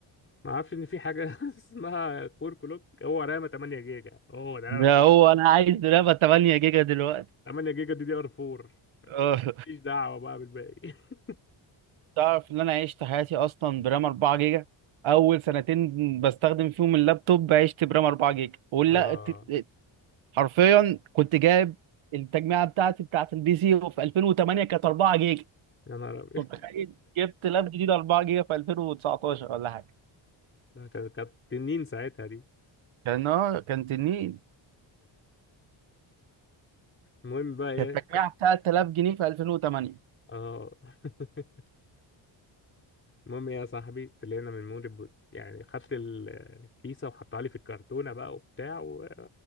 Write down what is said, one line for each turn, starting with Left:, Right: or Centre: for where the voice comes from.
Left: ما اعرفش ان في حاجة <laughs> اسمها كور كلوك هو رامة 8 جيجا هو ده رامة
Right: ده هو انا عايز رامة 8 جيجا دلوقتي
Left: 8 جيجا دي دي ار 4
Right: اه
Left: مفيش دعوة بقى بالباقي <laughs>
Right: تعرف ان انا عشت حياتي اصلا برام 4 جيجا اول سنتين بستخدم فيهم اللابتوب عشت برام 4 جيجا ولا
Left: اه
Right: الت- حرفيا كنت جايب التجميعه بتاعتي بتاعت البي سي في 2008 كانت 4 جيجا
Left: يا نهار ابيض
Right: طب تخيل جبت لاب جديد 4 جيجا في 2019 ولا حاجه
Left: ده كانت كانت تنين ساعتها دي
Right: كان اه كان تنين
Left: المهم بقى ايه
Right: كانت التجميعه
Left: خدت-
Right: بتاعت 3000 جنيه في 2008
Left: اه <laughs> المهم يا صاحبي طلعنا من مول البوت يعني خدت ال- الكيسه وحطها لي في الكرتونه بقى وبتاع و...